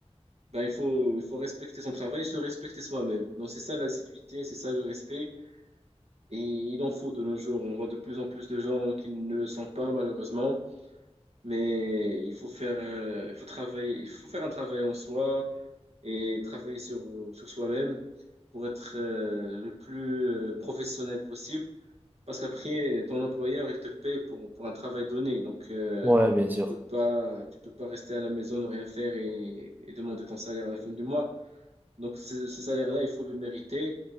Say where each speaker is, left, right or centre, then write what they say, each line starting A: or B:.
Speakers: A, on the right; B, on the right.
A: ben il faut, il faut respecter son travail, et se respecter soi-même. Donc c'est ça l'assiduité, c'est ça le respect. Et il en faut de nos jours. On voit de plus en plus de gens qui ne le sont pas malheureusement. Mais il faut faire, euh, il faut travailler, il faut faire un travail en soi et travailler sur, sur soi-même pour être euh, le plus euh, professionnel possible Parce qu'après, ton employeur, il te paye pour, pour un travail donné. Donc, euh,
B: Ouais, bien sûr.
A: tu peux pas, tu peux pas rester à la maison, ne rien faire et, et demander ton salaire à la fin du mois. Donc, ce, ce salaire-là, il faut le mériter.